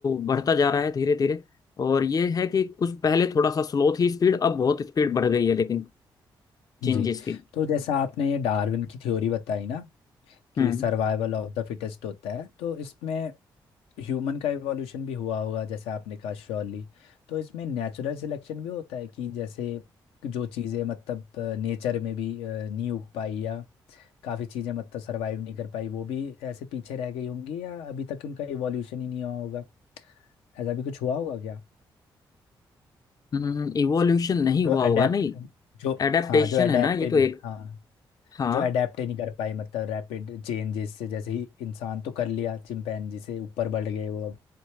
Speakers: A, on the left (about 40°); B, on the left (about 80°).
A: बढ़ता जा रहा है धीरे धीरे और ये है कि कुछ पहले थोड़ा सा स्लो थी स्पीड अब बहुत स्पीड बढ़ गई है लेकिन
B: जी
A: चेंजेस की
B: तो जैसा आपने ये डार्विन की थ्योरी बताई ना कि
A: हम्म
B: सर्वाइवल ऑफ द फिटेस्ट होता है तो इसमें ह्यूमन का इवोल्यूशन भी हुआ होगा जैसे आपने कहा श्योरली तो इसमें नेचुरल सिलेक्शन भी होता है कि जैसे जो चीज़ें मतलब नेचर में भी अ, नहीं उग पाई या काफ़ी चीज़ें मतलब सर्वाइव नहीं कर पाई वो भी ऐसे पीछे रह गई होंगी या अभी तक उनका इवोल्यूशन ही नहीं हुआ होगा ऐसा भी कुछ हुआ होगा क्या
A: हम्म इवोल्यूशन नहीं
B: जो
A: हुआ होगा
B: अडेप्ट
A: नहीं
B: जो
A: एडेप्टेशन
B: हाँ जो अडेप्टेड
A: है ना ये तो एक
B: हाँ
A: हाँ
B: जो अडेप्ट ही नहीं कर पाए मतलब रैपिड चेंजेस से जैसे ही इंसान तो कर लिया चिंपैंजी से ऊपर बढ़ गए वो अब